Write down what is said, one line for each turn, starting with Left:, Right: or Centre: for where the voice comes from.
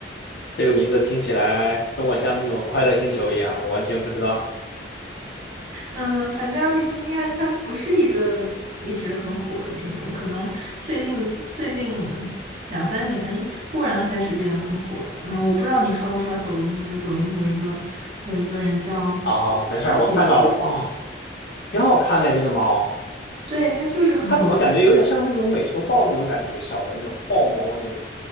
Left: 这个名字听起来跟我像那种快乐星球一样，我完全不知道。
Right: 嗯，反正阿比西尼亚它不是一个一直很火的品种，可能最近几最近两三年忽然开始变得很火。嗯，我不知道你刷不刷抖音，就抖音有一个有一个人叫
Left: 哦，没事儿，
Right: 张铁军，
Left: 我看到了，哦，挺好看的这个猫，
Right: 对，他就是很好看，
Left: 它怎么感觉有点像那种美洲豹那种感觉，小的那种豹猫那种。